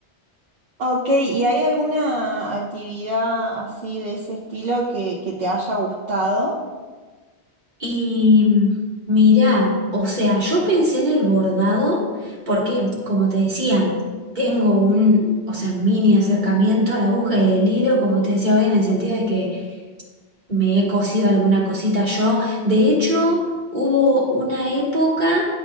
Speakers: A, on the right; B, on the right.
A: Ok, ¿y hay alguna actividad así de ese estilo que, que te haya gustado?
B: Y mirá, o sea, yo pensé en el bordado porque, como te decía, tengo un, o sea, mini acercamiento a la aguja y el hilo, como te decía hoy, en el sentido de que me he cosido alguna cosita yo. De hecho, hubo una época